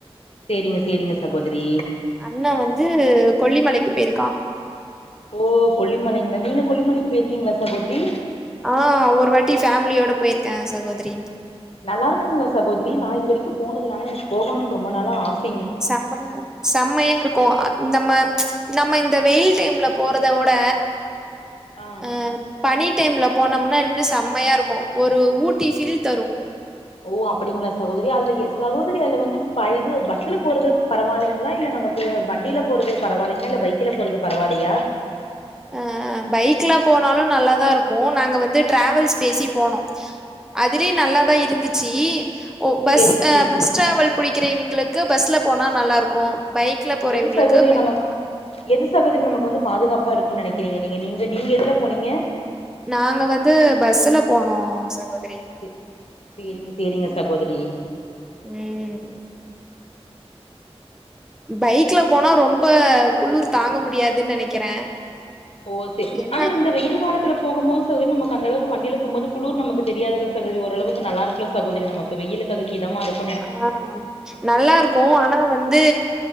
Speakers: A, on the left (about 70°); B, in the centre.
A: செரிங்க செரிங்க சகோதிரி
B: அண்ண வந்து கொல்லிமலைக்கு போயிருக்கா
A: ஓ கொல்லிமலைங்ளா நீங்க கொல்லிமலைக்கு போயிருக்கீங்ளா சகோதிரி
B: ஆ ஒரு வாட்டி ஃபேமிலியோட போயிருக்க சகோதிரி
A: நல்லா இருக்குங்களா சகோதிரி நா இது வரைக்கு போனதுல்ல ஆனா எனக்கு போகணுனு ரொம்ப நாளா ஆஸ்
B: சம்மையா சம்மையா இருக்கு நம்ம நம்ம இந்த வெயில் டைம்ல போறத உட
A: ஆ
B: அ பனி டைம்ல போனோம்னா இன்னு சம்மையா இருக்கு ஒரு ஊட்டி ஃபீல் தரு
A: ஓ அப்டிங்களா சகோதிரி அதுல எது சகோதரி அதுல வந்து பய பஸ்ல போறது பரவாயில்லைங்களா இல்ல நம்ம வண்டியில போறது பரவாயில்லைங்கா இல்ல பைக்ல போறது பரவாயில்லையா
B: அ பைக்ல போனாலு நல்லாதா இருக்கு நாங்க வந்து ட்ராவல்ஸ் பேசி போனோ அதுலயு நல்லாதா இருந்துச்சி ஓ பஸ்
A: சேரிங்க சேரிங்க
B: பஸ் டிராவல் பிடிக்கிற இவிங்ளுக்கு பஸ்ல போனா நல்லா இருக்கு பைக் ல போற
A: எது
B: இவ்ங்ளுக்கு
A: சகோதரி
B: பைக்ல
A: நமக்
B: போலா
A: எது சகோதிரி நமக்கு வந்து பாதுகாப்பா இருக்குனு நெனைக்கிறீங்க நீங்க நீங்க நீங்க எதுல போனீங்க
B: நாங்க வந்து பஸ்ல போனோ சகோதிரி
A: செ சேரிங்க சேரிங்க சகோதரி
B: உம் பைக்ல போனா ரொம்ப குளூர் தாங்க முடியாதுன்னு நெனைக்கிறே
A: ஓ சே
B: ஏனா
A: ஆனா இந்த வெயில் காலத்துல போகும்போது சதோரி நமக்கு அந்த அளவு வண்டிய போம்போது குளிர் நமக்கு தெரியாததுல சதோரி ஓரளவுக்கு நல்லா இருக்குல சகோதரி நமக்கு வெயிலுக்கு அதுக்கு இதமா இருக்கு
B: ஆ நல்லா இருக்கு ஆனா வந்து